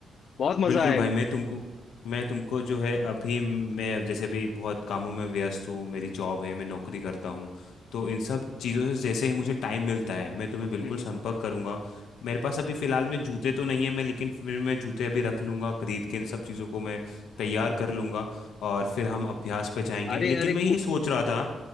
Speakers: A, on the left; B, on the left.
A: बहुत मजा
B: बिल्कुल
A: आएगा
B: भाई मैं तुमको मैं तुमको जो है अभी मैं जैसे भी बहुत कामों में व्यस्त हूँ मेरी जॉब है मैं नौकरी करता हूँ तो इन सब चीज़ों से जैसे ही मुझे टाइम मिलता है मैं तुम्हें बिल्कुल
A: हम्म, हम्म।
B: संपर्क करूंगा मेरे पास अभी फ़िलहाल में जूते तो नहीं है मैं लेकिन फिर मैं जूते अभी रख लूंगा खरीद के इन सब चीज़ों को मैं तैयार कर लूंगा और फिर हम अभ्यास पे जाएंगे
A: अरे
B: लेकिन
A: अरे
B: मैं
A: कु-
B: ये सोच रहा था